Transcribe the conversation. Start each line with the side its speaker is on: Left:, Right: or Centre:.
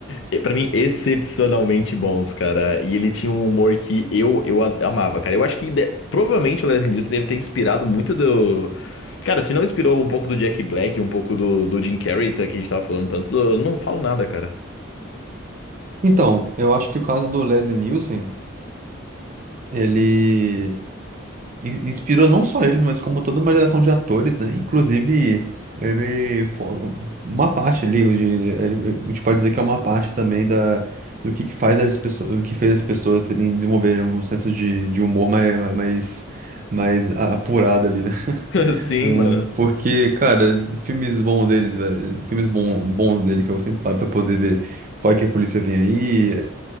Left: eh, pra mim, excepcionalmente bons, cara. E ele tinha um humor que eu, eu a- amava, cara. Eu acho que de- provavelmente o Leslie Nielsen deve ter inspirado muito do. Cara, se não inspirou um pouco do Jack Black, um pouco do, do Jim Carrey, tá, que a gente tava falando tanto, eu não falo nada, cara.
Right: Então, eu acho que o caso do Leslie Nielsen, ele. in- inspirou não só eles, mas como toda uma geração de atores, né? Inclusive, ele fo- uma parte ali, o de- ele- a gente pode dizer que é uma parte também da do que, que faz as pessoas, do que fez as pessoas terem desenvolverem um senso de, de humor mais mais mais apurado ali, né?
Left: <laughs> Sim,
Right: Hum,
Left: mano.
Right: Porque, cara, filmes bons deles, velho. Filmes bom, bons dele que eu sempre paro pra poder ver qual é que a polícia vem aí.